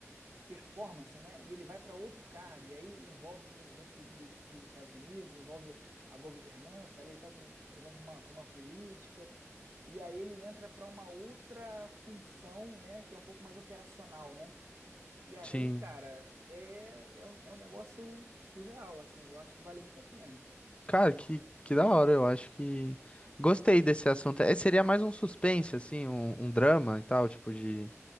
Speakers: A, on the right; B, on the left.
A: performance, né? E ele vai para outro cargo, e aí envolve o presidente do, dos, dos Estados Unidos, envolve a governança ali e tal, tem, envolve uma, uma política, e aí ele entra para uma outra função, né, que é um pouco mais operacional, né? E aí,
B: sim.
A: cara, é, é, um, é um negócio surreal, assim, eu acho que vale muito a pena.
B: Cara, que, que da hora. Eu acho que gostei desse assunto. É, seria mais um suspense, assim, um, um drama e tal, tipo de.